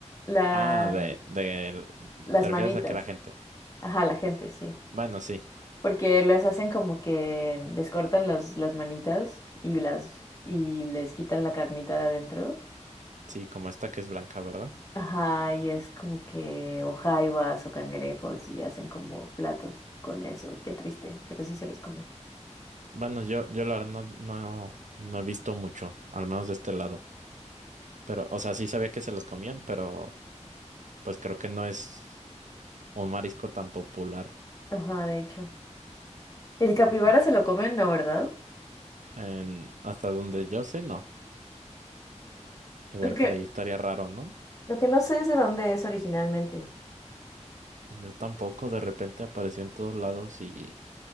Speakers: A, on the left; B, on the right.
A: la,
B: Ah, de, de,
A: las
B: ¿te
A: manitas,
B: refieres a que la gente?
A: ajá, la gente, sí.
B: Bueno, sí,
A: Porque les hacen como que mm, les cortan las las manitas y las y les quitan la carnita de adentro.
B: sí, como esta que es blanca, ¿verdad?
A: Ajá, y es como que o jaivas o cangrejos y hacen como platos con eso. Qué triste, pero sí se los comen.
B: Bueno, yo, yo la verdad no, no, no he visto mucho, al menos de este lado. Pero, o sea, sí sabía que se los comían, pero pues creo que no es un marisco tan popular.
A: Ajá, de hecho. El capibara
B: Ujú.
A: se lo comen, ¿no, verdad?
B: En- hasta donde yo sé, no. Igual
A: lo que
B: para ahí estaría raro, ¿no?
A: Lo que no sé es de dónde es originalmente.
B: Yo tampoco, de repente apareció en todos lados y